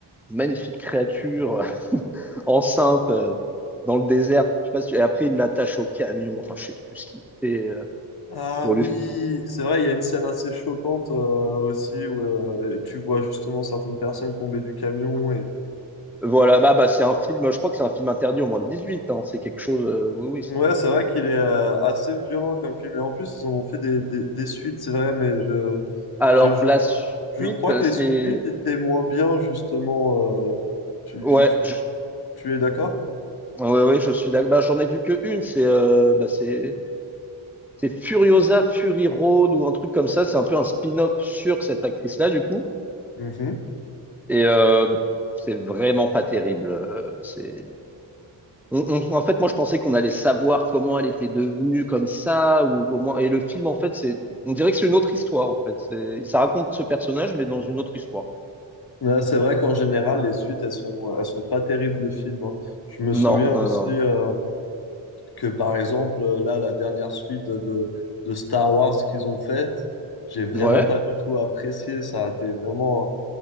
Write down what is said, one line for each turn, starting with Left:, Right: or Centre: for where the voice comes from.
Centre: magnifique créature <laughs> enceinte euh, dans le désert. Je sais pas si tu- Et après, il l'attache au camion. Enfin, je sais plus ce qu'il fait euh,
Left: Ah
Centre: pour
Left: oui,
Centre: lui.
Left: c'est vrai, il y a une scène assez choquante euh, aussi où euh, tu vois justement certaines personnes tomber du camion et.
Centre: Voilà, bah, bah, c'est un film, je crois que c'est un film interdit au moins de 18 ans. C'est quelque chose, euh, oui, oui. c'est-
Left: Ouais, c'est vrai qu'il est euh, assez violent comme film. Et en plus, ils en ont fait des, des, des suites, c'est vrai, mais je,
Centre: Alors,
Left: je, je,
Centre: la suite,
Left: je crois
Centre: euh,
Left: que les
Centre: c'est,
Left: suites étaient moins bien, justement. euh, tu,
Centre: ouais,
Left: tu, tu,
Centre: je...
Left: tu es d'accord?
Centre: ouais, ouais, je suis d'accord. Bah, j'en ai vu que une, c'est, euh, bah, c'est, c'est Furiosa Fury Road ou un truc comme ça. C'est un peu un spin-off sur cette actrice-là, du coup.
Left: Mhm.
Centre: Et euh, c'est vraiment pas terrible. euh, C'est on- on- en fait moi je pensais qu'on allait savoir comment elle était devenue comme ça ou au moins et le film en fait c'est on dirait que c'est une autre histoire en fait. C'est ça raconte ce personnage mais dans une autre histoire.
Left: Ouais, c'est vrai qu'en général, les suites, elles sont, elles sont pas terribles de films. hein. Je me souviens
Centre: Non non
Left: aussi.
Centre: non.
Left: euh, que par exemple, là, la dernière suite de, de Star Wars qu'ils ont faite, j'ai vraiment
Centre: Ouais.
Left: pas du tout apprécié. Ça a été vraiment